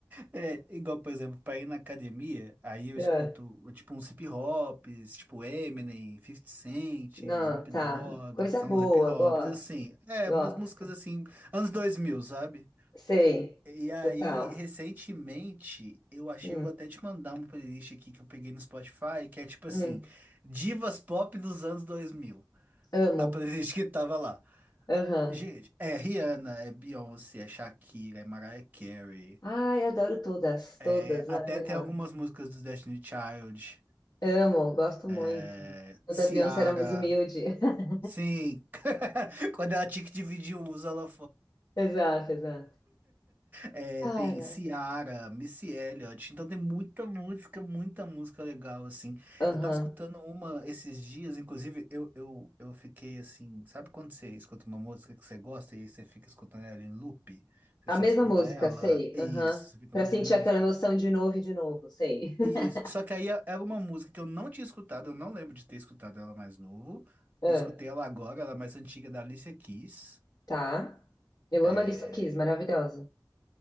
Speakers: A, on the right; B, on the left.
A: É, igual, por exemplo, pra ir na academia, aí eu
B: É.
A: escuto tipo uns hip hops, tipo Eminem, Fifty Cent,
B: Não,
A: Snoop
B: tá.
A: Dogg,
B: Coisa
A: que são
B: boa,
A: uns hip hops,
B: gosto.
A: assim, é,
B: Gosto.
A: umas músicas assim, anos 2000, sabe?
B: Sei.
A: E aí,
B: Total.
A: recentemente, eu achei,
B: Hum,
A: eu vou até te mandar uma playlist aqui que eu peguei no Spotify, que é tipo assim,
B: hum.
A: Divas pop dos anos 2000.
B: Amo.
A: A playlist que tava lá.
B: Aham.
A: Gente, é Rihanna, é Beyoncé, é Shakira, é Mariah Carey.
B: Ai, adoro todas,
A: é,
B: todas,
A: até
B: maravilhosas.
A: tem algumas músicas dos Destiny Child.
B: Amo, gosto muito.
A: É,
B: O
A: Ciara.
B: da Beyoncé era mais humilde. <laughs>
A: Sim. <laughs> Quando ela tinha que dividir o uso, ela
B: Exato, exato.
A: É,
B: Cara,
A: tem Ciara, Missy Elliott, então tem muita música, muita música legal, assim.
B: aham.
A: Eu tava escutando uma esses dias, inclusive, eu, eu, eu fiquei assim, sabe quando você escuta uma música que você gosta e aí você fica escutando ela em loop? Você
B: A
A: só
B: mesma
A: escuta
B: música,
A: ela,
B: sei,
A: isso,
B: aham.
A: você fica
B: Pra
A: a mesma
B: sentir
A: música.
B: aquela emoção de novo e de novo, sei. <laughs>
A: Isso, só que aí é, era uma música que eu não tinha escutado, eu não lembro de ter escutado ela mais novo.
B: Ah,
A: Escutei ela agora, ela é mais antiga da Alicia Keys.
B: tá. Eu
A: É,
B: amo a Alicia Keys, maravilhosa.